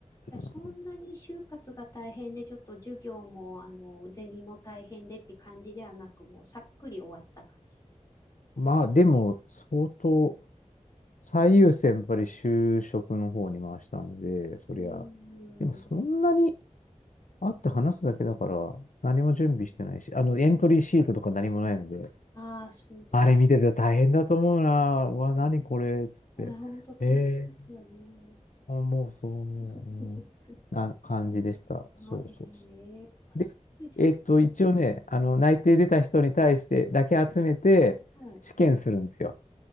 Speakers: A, on the left (about 30°); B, on the left (about 80°).
A: じゃあ、
B: うん
A: そんなに就活が大変で、ちょっと授業も、あの、ゼミも大変でって感じではなく、もうさっくり終わった感じだった。
B: まあでも、相当、最優先やっぱり就職の方に回したので、そりゃ、
A: うーん。
B: でもそんなに会って話すだけだから、何も準備してないし、あの、エントリーシートとか何もないので、
A: ああー、そうです。
B: あれ見てて大変だと思うな、うわ、
A: あ
B: 何これ、つって、
A: ー、本当大変ですよね、
B: え
A: あれ。
B: ー、あもうそう思う、
A: 本当に
B: うん、な感じでした。そうそうそ
A: あ、ええあ、すごいです
B: う。で、えっと、一応ね、あの、内定出た人に対してだけ集めて試験するんですよ。
A: ね。あはい。